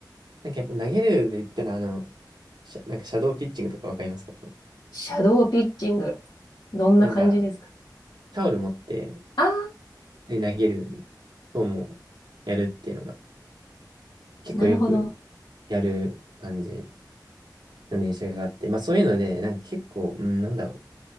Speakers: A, on the right; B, on the left.
A: なんかやっぱ投げるで言ったら、あの、シャなんかシャドーピッチングとかわかりますか
B: シャドーピッチング。どんな感じですか
A: なんか、タオル持って、
B: あー、
A: で投げる方もやるっていうのが、結構よく
B: なるほど。
A: やる感じの練習があって、まあそういうので、なんか結構、うん、なんだろう、